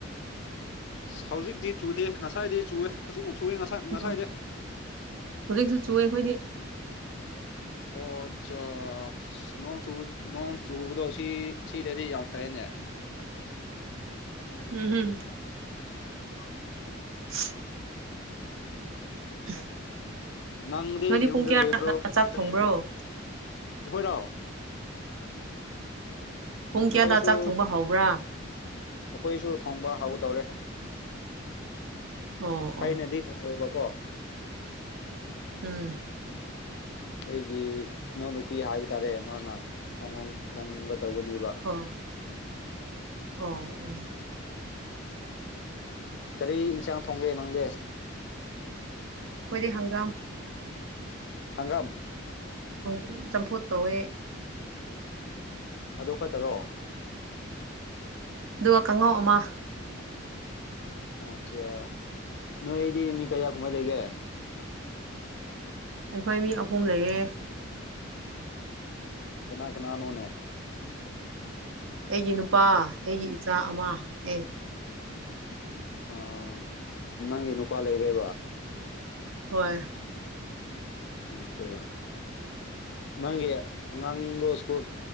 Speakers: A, on the left; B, on the right.
A: ꯍꯧꯖꯤꯛꯇꯤ ꯆꯨꯗꯦ ꯉꯁꯥꯏꯗꯤ ꯆꯨꯋꯦ ꯐꯖꯅ ꯁꯣꯛꯑꯦ ꯉꯁꯥꯏ ꯉꯁꯥꯏꯗ
B: ꯎꯝ ꯍꯧꯖꯤꯛꯁꯨ ꯆꯨꯑꯦ ꯑꯩꯈꯣꯏꯗꯤ
A: ꯑꯣ ꯑꯆꯥ ꯅꯣꯡ ꯆꯨ ꯅꯣꯡ ꯆꯨꯕꯗꯣ ꯁꯤ ꯁꯤꯗꯗꯤ ꯌꯥꯝ ꯐꯩꯅꯦ
B: ꯎꯝ ꯍꯝ
A: <unintelligible>
B: <unintelligible> <inaudible>
A: ꯅꯪꯗꯤ
B: ꯅꯣꯏꯗꯤ
A: ꯌꯨꯝꯗ
B: ꯄꯨꯡ ꯀꯌꯥꯗ
A: ꯂꯩꯕ꯭ꯔꯣ
B: ꯆꯥꯛ
A: <unintelligible>
B: ꯊꯣꯡꯕ꯭ꯔꯣ
A: ꯑꯩꯈꯣꯏꯔꯣ
B: ꯄꯨꯡ ꯀꯌꯥꯗ
A: ꯑꯩꯈꯣꯏꯁꯨ
B: ꯆꯥꯛ ꯊꯣꯡꯕ ꯍꯧꯕ꯭ꯔꯥ
A: ꯑꯩꯈꯣꯏꯁꯨ ꯊꯣꯡꯕ ꯍꯥꯎꯗꯧꯔꯦ
B: ꯑꯣ ꯑꯣ
A: ꯑꯩꯅꯗꯤ ꯊꯨꯡꯉꯣꯏꯕꯀꯣ
B: ꯎꯝ
A: ꯑꯩꯒꯤ ꯏꯅꯥꯅꯨꯄꯤ ꯍꯥꯏꯕ ꯇꯥꯔꯦ ꯃꯥꯅ ꯊꯣꯡꯅꯤꯡꯒ ꯇꯧꯕꯅꯦꯕ
B: ꯑꯣ ꯑꯣ ꯑꯣ
A: ꯀꯔꯤ ꯏꯟꯁꯥꯡ ꯊꯣꯡꯒꯦ ꯅꯪꯗꯦ
B: ꯑꯣꯏꯣꯏꯗꯤ ꯍꯪꯒꯥꯝ
A: ꯍꯪꯒꯥꯝ
B: ꯈꯣꯡ ꯆꯝꯐꯨꯠ ꯇꯧꯋꯦ
A: ꯑꯗꯨ ꯈꯛꯇꯔꯣ
B: ꯑꯗꯨꯒ ꯀꯥꯡꯉꯧ ꯑꯃ
A: ꯑꯣꯆꯥ ꯅꯣꯏ ꯌꯗꯤ ꯃꯤ ꯀꯩꯌꯥ ꯀ ꯃ ꯂꯩꯒꯦ
B: ꯑꯩꯈꯣꯏ ꯃꯤ ꯑꯍꯨꯝ ꯂꯩꯌꯦꯦ
A: ꯀꯅꯥ ꯀꯅꯥ ꯅꯅꯣꯅꯦ
B: ꯑꯩꯒꯤ ꯅꯨꯄꯥ ꯑꯩꯒꯤ ꯏꯆꯥ ꯑꯃ ꯑꯦ
A: ꯑꯥ ꯅꯪꯒꯤ ꯅꯨꯄꯥ ꯂꯩꯔꯦꯕ
B: ꯍꯣꯏ
A: ꯑꯆꯥ ꯅꯪꯒꯤ ꯑꯉꯥꯡꯗꯣ ꯁ꯭ꯀꯨꯜ